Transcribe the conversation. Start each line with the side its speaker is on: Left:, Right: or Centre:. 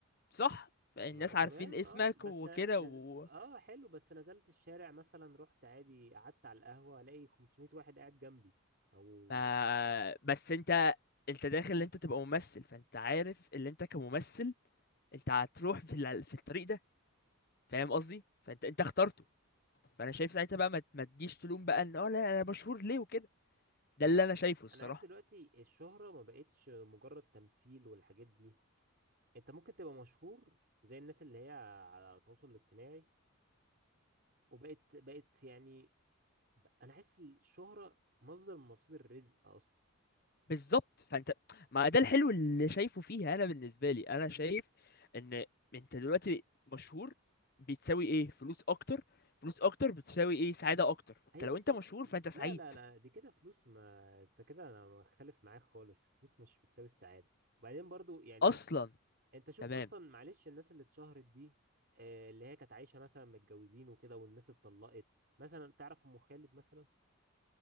Left: صح الناس
Right: ما تمام
Left: عارفين اسمك
Right: اه بس
Left: وكده
Right: أنا
Left: و...
Right: نز... اه حلو بس نزلت الشارع مثلا رحت عادي قعدت على القهوة الاقي 500 واحد قاعد جنبي او
Left: ما... بس انت انت داخل ان انت تبقى ممثل فانت عارف ان انت كممثل انت هتروح في ال- في الطريق ده فاهم قصدي فانت انت اخترته فانا شايف ساعتها بقى ما ت- ما تجيش تلوم بقى ان اه لا انا مشهور ليه وكده ده
Right: انا
Left: اللي
Right: عايز
Left: انا شايفه الصراحة
Right: انا عايز دلوقتي الشهرة ما بقتش مجرد تمثيل والحاجات دي انت ممكن تبقى مشهور زي الناس اللي هي على التواصل الاجتماعي وبقت بقت يعني ب- انا حاسس الشهرة مصدر من مصادر الرزق اصلا
Left: بالظبط فانت ما ده الحلو اللي شايفه فيها انا بالنسبه لي انا شايف ان انت دلوقتي مشهور بتساوي ايه فلوس اكتر فلوس اكتر بتساوي ايه سعاده اكتر انت
Right: ايوه
Left: لو
Right: بس
Left: انت مشهور فانت سعيد
Right: لا لا لا دي كده فلوس ما انت كده انا مختلف معاك خالص فلوس مش بتساوي السعاده وبعدين برضو يعني
Left: اصلا
Right: انت شوف
Left: تمام
Right: اصلا معلش الناس اللي اتشهرت دي آه، اللي هي كانت عايشه مثلا متجوزين وكده والناس اتطلقت مثلا تعرف ام خالد مثلا